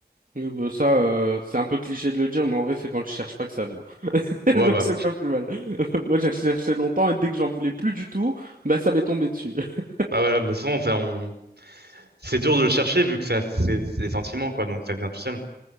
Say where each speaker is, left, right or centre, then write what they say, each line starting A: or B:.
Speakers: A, on the right; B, on the right.
A: Oui, bah ça, euh, c'est un peu cliché de le dire, mais en vrai, c'est quand je cherche pas que ça vient. <laughs>
B: Ouais,
A: Donc,
B: bah,
A: c'est pas plus mal. <laughs> Moi, j'ai recherché longtemps et dès que j'en voulais plus du tout, bah, ça m'est tombé dessus. <laughs>
B: bah voilà, bah, de toute façon, ça, on, C'est dur de le chercher vu que ça, c'est c'est des sentiments, quoi, donc ça vient tout seul.